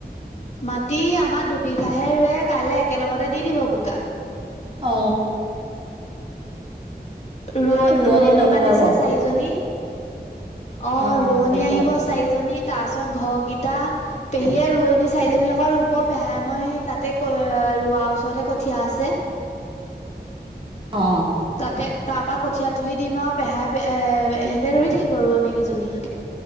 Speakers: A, on the left (about 40°); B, on the right (about 30°).
A: মাটি আমাৰ দুবিঘাহে ৰুৱে কাইলৈ একেলগতে দি দিব বোকা।
B: অ
A: ৰোৱ-ৰোৱনী
B: ৰোৱনী লগাব
A: মাতিছে চাৰিজনী অ
B: অঁ অঁ
A: ৰোৱনী
B: সেইটো
A: আহিব
B: কথা
A: চাৰিজনী তাৰপিছত ঘৰগিত পেহীয়ে ৰুৱনি চাৰিজনীৰ লগত ৰুব, পেহাই মই সেই তাতে কৈ ৰোৱা ওচৰতে কঠীয়া আছে
B: অ
A: তাতে তাৰ পৰা কঠীয়া তুলি দিম আৰু পেহাই এ সহেঁতে ধৰি থাকিব ৰোৱনীকেইজনীহঁতে।